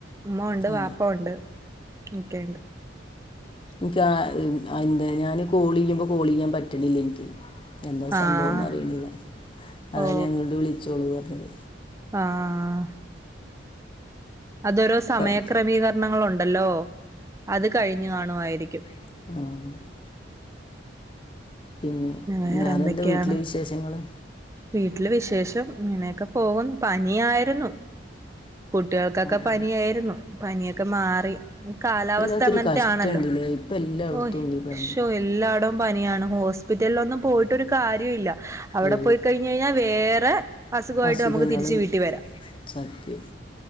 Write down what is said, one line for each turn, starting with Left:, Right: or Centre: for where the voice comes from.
Right: ഉമ്മ ഉണ്ട്
Left: ആ
Right: വാപ്പ ഉണ്ട് ഒക്കെയുണ്ട്
Left: എനിക്ക് എന്താ ഞാന് കോള് ചെയ്യുമ്പോ കോള് ചെയ്യാൻ പറ്റണില്ല എനിക്ക് എന്താ
Right: ആഹ്
Left: സംഭവന്ന് അറിയണില്ല അതാണ്
Right: ഓ
Left: നിങ്ങള് വിളിച്ചോളു പറഞ്ഞത്
Right: ആഹ് അതോരോ സമയക്രമീകരണങ്ങളുണ്ടല്ലോ
Left: പ-
Right: അത് കഴിഞ്ഞു കാണുമായിരിക്കും
Left: ആഹ് പിന്നെ
Right: വേറെ
Left: വേറെന്താ
Right: എന്തൊക്കെയാണ്
Left: വീട്ടില് വിശേഷങ്ങള്
Right: വീട്ടില് വിശേഷം ഇങ്ങനെയൊക്കെ പോകുന്നു പനിയായിരുന്നു കുട്ടികൾക്കൊക്കെ
Left: ആ
Right: പനിയായിരുന്നു പനിയൊക്കെ മാറി കാലാവസ്ഥ
Left: വല്ലാത്തൊരു
Right: അങ്ങനത്തെ
Left: കഷ്ടമുണ്ടല്ലേ
Right: ആണല്ലോ
Left: ഇപ്പം എല്ലായിടത്തും
Right: ഓയ്
Left: ഉണ്ട് ഈ പനി
Right: ഷോ എല്ലാടോം പനിയാണ് ഹോസ്പിറ്റലിൽ ഒന്നും പോയി ട്ടൊരു കാര്യോല്ല അവിടെ
Left: ഈ
Right: പോയി കഴിഞ്ഞ് കഴിഞ്ഞാൽ വേറെ അസുഖമായിട്ട്
Left: അസുഖങ്ങളും
Right: നമുക്ക് തിരിച്ച് വീട്ടി വരാം
Left: സത്യം